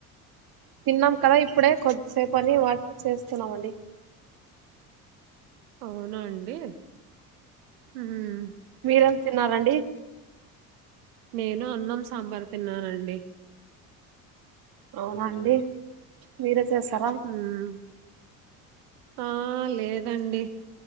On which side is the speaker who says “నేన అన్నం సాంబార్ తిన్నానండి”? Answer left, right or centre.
Right